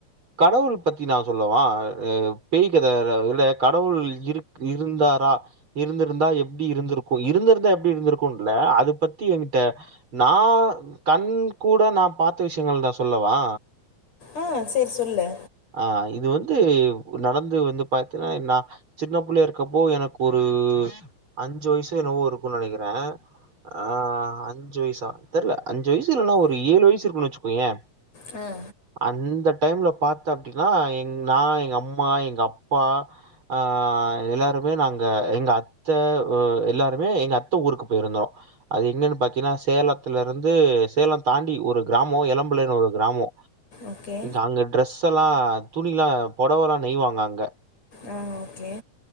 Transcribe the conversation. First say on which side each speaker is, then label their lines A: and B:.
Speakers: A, on the right; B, on the left.
A: கடவுள் பத்தி நா சொல்லுவா அ பேய்கதல கடவுள் இருக் இருந்தாரா இருந்திருந்தா எப்டி இருந்திருக்கூ இருந்திருந்தா எப்டி இருந்திருக்கும்ல்ல அத பத்தி எங்கிட்ட நா கண் கூட நா பார்த்த விஷயங்கள் நா சொல்லவா
B: ஆ செர் சொல்லு
A: ஆ இது வந்து நடந்து வந்து பாத்தீன்னா நா சின்ன புள்ளய இருக்கப்போ எனக்கு ஒரு அஞ்சு வயசு என்னவோ இருக்கோ நெனைக்கிறே ஆ அஞ்சு வயசா தெர்ல அஞ்சு வயச தெர்ல இல்லன்னா ஒரு ஏழு வயசு இருக்கோன்னு வச்சுக்கெயோ
B: அ
A: அந்த டைம்ல பாத்த அப்டின்னா எங் நா எங் அம்மா எங் அப்பா ஆ எல்லாருமே நாங்க எங்க அக் ச்செ ஊ எல்லாருமே எங்க அத்த ஊருக்கு போயிருந்தோ அது எங்கன்னு பாத்தீன்னா சேலத்துல இருந்து சேலம் தாண்டி ஒரு கிராமோ எளம்புள்ளன்னு ஒரு கிராமோ
B: ஓகே
A: அங்க ட்ரெஸ்ல்லா துணிலா புடவல்லா நெய்வாங்க அங்க
B: ஆ ஓகே